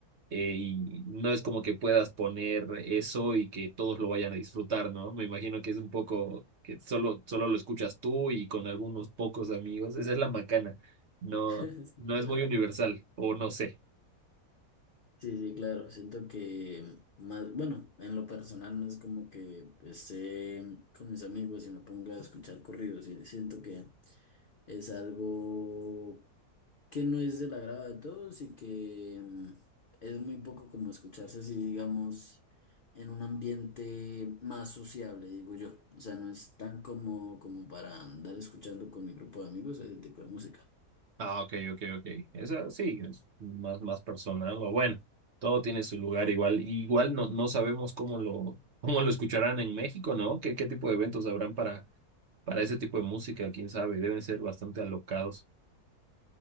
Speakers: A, on the right; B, on the left.
A: eh, y no es como que puedas poner eso y que todos lo vayan a disfrutar, ¿no? Me imagino que es un poco que solo, solo lo escuchas tú y con algunos pocos amigos. Esa es la macana. No,
B: <laughs> Sí,
A: no
B: claro.
A: es muy universal, o no sé.
B: Sí, sí, claro, siento que más, bueno, en lo personal no es como que pues, esté con mis amigos y me ponga a escuchar corridos, y siento que es algo que no es del agrado de todos y que mm, es muy poco como escucharse así, digamos, en un ambiente más sociable, digo yo. O sea, no es tan como, como para andar escuchando con mi grupo de amigos ese tipo de música.
A: Ah, ok, ok, ok. Esa sí, es más, más personal. O bueno, todo tiene su lugar igual. Y Igual no, no sabemos cómo lo, <laughs> cómo lo escucharán en México, ¿no? ¿Qué, qué tipo de eventos habrán para, para ese tipo de música? ¿Quién sabe? Deben ser bastante alocados.